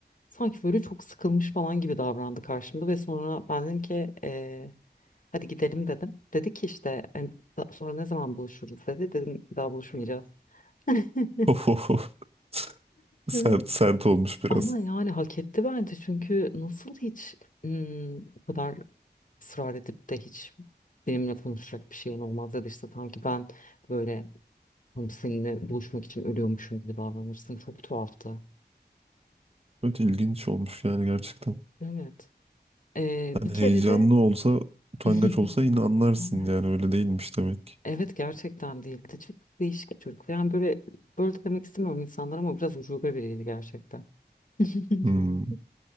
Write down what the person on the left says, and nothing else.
sanki böyle çok sıkılmış falan gibi davrandı karşımda ve sonra ben dedim ki eee, hadi gidelim dedim. Dedi ki işte hani, "Da- sonra ne zaman buluşuruz dedi. Dedim bir daha buluşmayacağız. <laughs>
Evet.
Ama yani hak etti bence çünkü nasıl hiç hmm, bu kadar ısrar edip de hiç benimle konuşacak bir şeyin olmaz ya da işte sanki ben böyle hani seninle buluşmak için ölüyormuşum gibi davranırsın. Çok tuhaftı.
Evet. Ee, bir
kere
de
<laughs>
evet.
Evet gerçekten değildi. Çok değişik bir çocuk. Yani böyle böyle de demek istemiyorum insanlar ama biraz ucube biriydi gerçekten. <laughs>